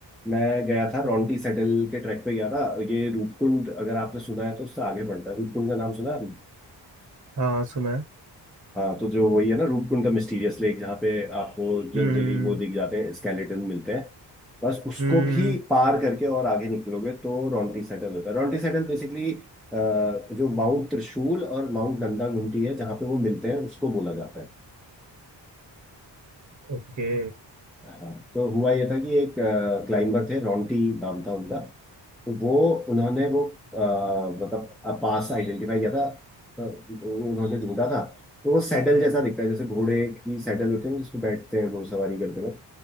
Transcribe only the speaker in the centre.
मैं गया था रॉन्टी
सेडल के ट्रैक पे गया था ये रूपकुंड अगर आपने सुना है तो उससे आगे बढ़ता है रूपकुंड का नाम सुना है आपने?
हाँ तो जो वही है ना रूपकुंड द मिस्टीरियस लेक जहाँ पे आपको जनरली
वो दिख जाते हैं स्केलेटन मिलते हैं बस उसको
भी पार करके और आगे निकलोगे तो रॉन्टी सेटल होता है रॉन्टी सेटल बेसिकली जो माउंट त्रिशूल और माउंट नंदा घुंटी है जहाँ पे वो मिलते हैं उसको बोला जाता है
हाँ तो हुआ ये था कि एक क्लाइंबर थे रॉन्टी नाम था उनका तो वो उन्होंने वो अ, मतलब पास आइडेंटिफाई किया था अ, वो उन्होंने ढूंढा था तो वो सैडल जैसा दिखता है जैसे घोड़े की सैडल होती है जिस पे बैठते हैं घुड़सवारी करते वक्त